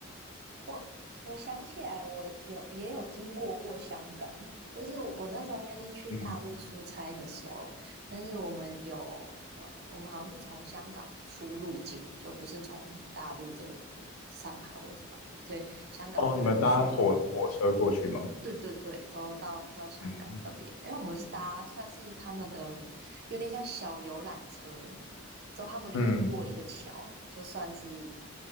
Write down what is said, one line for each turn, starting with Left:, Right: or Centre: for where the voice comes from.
Right: 我我想起来，我有也有经过过香港，就是我那时候应该是去大陆出差的时候，
Left: 嗯，
Right: 但是我们有呃，我们好像是从香港出入境，就不是从大陆的上海或者是哪边，所以香港我们就有去。
Left: 哦，你们搭火火车过去吗？
Right: 对对对，都到到香港那边，
Left: 嗯
Right: 因为我们是搭算是他们的有点像小游览车，之后他们就会过一个桥，
Left: 嗯，
Right: 就算是